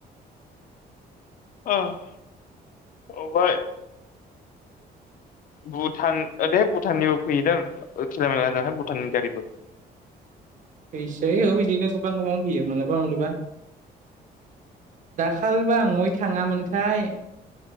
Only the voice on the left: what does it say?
अ' अबहाय भुटान दे भुटाननिबो फैयोदा खैला मैला हाय भुटाननि गारिबो।